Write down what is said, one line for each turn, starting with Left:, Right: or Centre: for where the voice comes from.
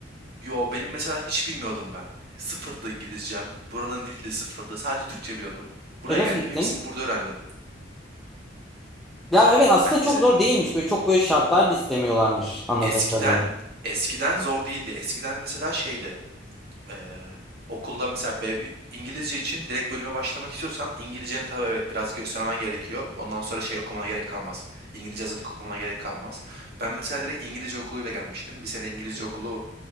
Right: Yo benim mesela hiç bilmiyordum ben. Sıfırdı İngilizcem. Buranın dili de sıfırdı. Sadece Türkçe biliyordum. Buraya
Centre: E nasıl
Right: geldim.
Centre: gittin?
Right: Hepsini burada öğrendim.
Centre: Ya evet aslında
Right: Yani
Centre: çok
Right: vize
Centre: zor değilmiş. Böyle çok böyle şartlar da istemiyorlarmış anladığım
Right: eskiden
Centre: kadarıyla.
Right: eskiden zor değildi. Eskiden mesela şeydi. eee, okulda mesela B1 İngilizce için direkt bölüme başlamak istiyorsan İngilizceni tabii evet biraz göstermen gerekiyor. Ondan sonra şey okumana gerek kalmaz. İngilizce hazırlık okumana gerek kalmaz. Ben mesela direkt İngilizce okuluyla gelmiştim. Bir sene İngilizce okulu